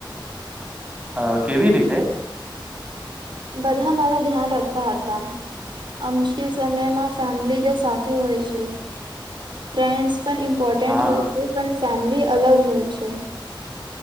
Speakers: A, on the right; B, on the right.
A: અ કેવી રીતે.
B: બધા મારા ધ્યાન રાખતા હતા આ મુશ્કેલ સમયમાં ફેમિલી જે સાથે હોય છે ફ્રેન્ડસ પણ ઇમ્પોર્ટન્ટ
A: હા
B: હોય છે પણ ફે અલગ હોય છે.